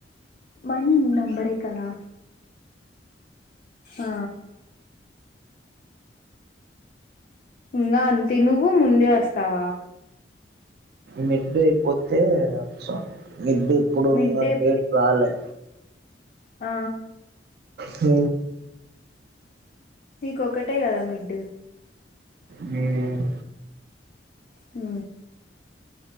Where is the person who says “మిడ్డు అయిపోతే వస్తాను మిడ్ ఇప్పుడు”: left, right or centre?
Right